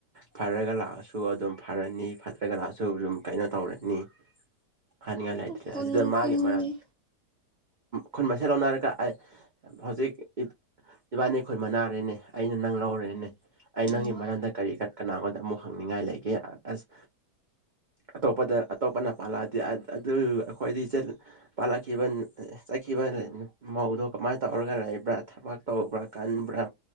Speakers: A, on the right (about 45°); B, in the centre.
A: ꯐꯔꯒ ꯂꯥꯛꯑꯁꯨ ꯑꯗꯨꯝ ꯐꯔꯅꯤ ꯐꯔꯒ ꯂꯥꯛꯑꯁꯨ ꯑꯗꯨꯝ ꯀꯩꯅꯣ ꯇꯧꯔꯅꯤ ꯍꯥꯏꯅꯤꯡꯉꯥꯏ ꯂꯩꯇ
B: ꯈꯨꯟ
A: ꯑꯗꯨꯗ ꯃꯥꯒꯤ
B: ꯈꯨꯟꯒꯤ
A: ꯃꯔꯝ ꯈ ꯃꯁꯦꯜꯂꯅꯥꯔꯀ ꯍꯧꯖꯤꯛ ꯏꯕꯥꯅꯤ ꯑꯩꯈꯣꯏ ꯃꯅꯥꯔꯦꯅꯦ ꯑꯩꯅ ꯅꯪ ꯂꯧꯔꯦꯅꯦ
B: ꯎꯝ
A: ꯑꯩ ꯅꯪꯒꯤ
B: ꯎꯝ
A: ꯃꯔꯝꯗ ꯀꯔꯤ ꯀꯅꯥꯒꯣꯗ ꯑꯃꯨꯛ ꯍꯪꯅꯤꯡꯉꯥꯏ ꯂꯩꯒꯦ ꯑꯁ ꯑꯇꯣꯞꯄꯗ ꯑꯇꯣꯞꯄꯅ ꯄꯥꯜꯂꯛꯑꯗꯤ ꯑꯩꯈꯣꯏ ꯆꯠꯈꯤꯕ ꯆꯠꯈꯤꯕ ꯃꯧꯗꯣ ꯀꯃꯥꯏꯅ ꯇꯧꯔꯒ ꯂꯩ ꯕ꯭ꯔꯥ ꯊꯕꯛ ꯇꯧꯕ꯭ꯔꯥ ꯀꯟꯕ꯭ꯔꯥ